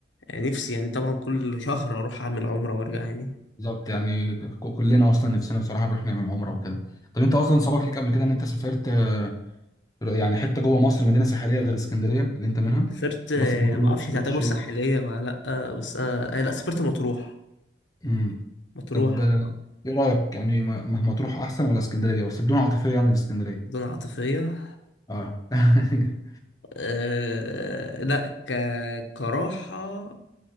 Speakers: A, on the left (about 80°); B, on the left (about 20°).
A: نفسي يعني طبعا كل شهر أروح أعمل عمرة وأرجع يعني
B: بالظبط يعني ك- كلنا اصلا نفسنا بصراحه نروح نعمل عمره وكده طب انت اصلا سبق ليك قبل كده ان انت سافرت آه، يعني حته جوه مصر مدينه ساحليه غير اسكندريه اللي انت منها
A: سافرت آه،
B: مصر مطروح
A: ما اعرفش
B: شرم
A: تعتبر
B: الشيخ
A: ساحليه ولا لا آه، بس انا آه، لا سافرت مطروح
B: امم
A: مطروح
B: طب آه، ايه رايك يعني ما ما- مطروح احسن ولا اسكندريه بس بدون عاطفيه يعني الاسكندريه
A: مدن عاطفيه
B: اه <laughs>
A: أه لا ك... كراحه